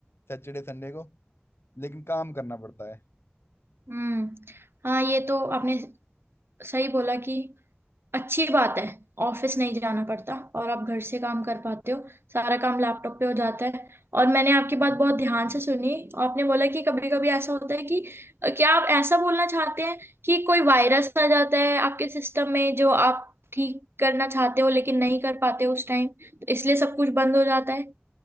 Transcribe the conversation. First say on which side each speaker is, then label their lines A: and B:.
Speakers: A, on the left (about 85°); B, on the right (about 75°).
A: सैटरडे संडे को लेकिन काम करना पड़ता है
B: हम्म हाँ ये तो आपने सही बोला कि अच्छी बात है ऑफिस नहीं जाना पड़ता और आप घर से काम कर पाते हो सारा काम लैपटॉप पे हो जाता है और मैंने आपकी बात बहुत ध्यान से सुनी आपने बोला कि कभी कभी ऐसा होता है कि क्या आप ऐसा बोलना चाहते हैं कि कोई वायरस आ जाता है आपके सिस्टम में जो आप ठीक करना चाहते हो लेकिन नहीं कर पाते हो उस टाइम तो इसलिए सब कुछ बंद हो जाता है